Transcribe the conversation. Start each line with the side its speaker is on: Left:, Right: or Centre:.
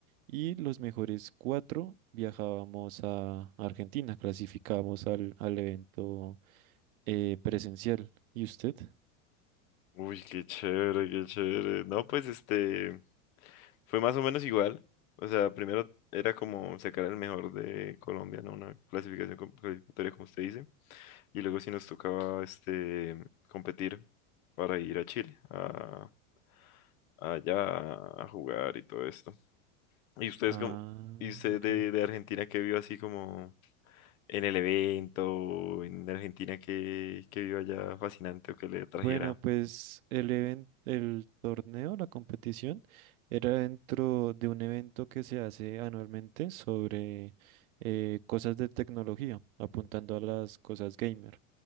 Right: y los mejores cuatro viajábamos a Argentina, clasificábamos al, al evento eh, presencial. ¿Y usted?
Left: Uy, qué chévere, qué chévere. No, pues este, fue más o menos igual. O sea, primero era como sacar el mejor de Colombia, ¿no? Una clasificación com- clasificatoria, como usted dice. Y luego sí nos tocaba este, competir para ir a Chile, a, allá a jugar y todo esto. ¿Y ustedes
Right: Ah,
Left: como, y usted
Right: ok.
Left: de, de Argentina que vio así como en el evento, en Argentina que, que vio allá fascinante o que le trajera?
Right: Bueno, pues el evento, el torneo, la competición, era dentro de un evento que se hace anualmente sobre eh, cosas de tecnología, apuntando a las cosas gamer.